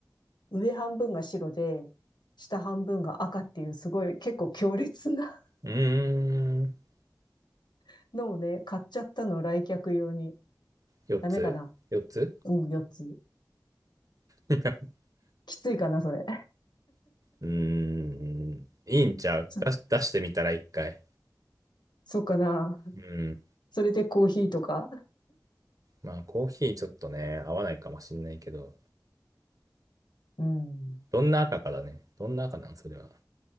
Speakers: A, on the left; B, on the right.
A: 上半分が白で、下半分が赤っていうすごい結構強烈な
B: うーん
A: <laughs> のをね、買っちゃったの、来客用に。
B: 4つ4つ
A: ダメかなうん、4つ。
B: <laughs>
A: きついかな、それ。<laughs>
B: うーん、いいんちゃう出し、
A: そ、
B: 出してみたら一回。
A: そうかな。
B: うん。
A: それでコーヒーとか。
B: まあ、コーヒーちょっとね、合わないかもしんないけど、
A: うん。
B: どんな赤かだね。どんな赤なんそれは。